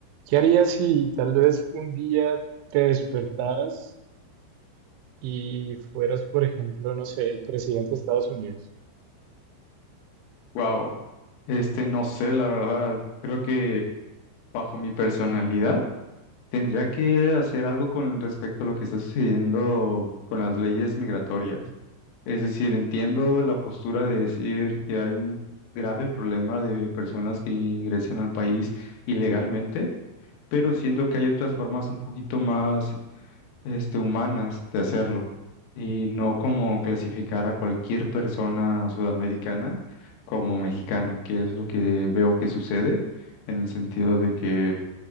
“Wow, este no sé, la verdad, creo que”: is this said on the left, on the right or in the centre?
Left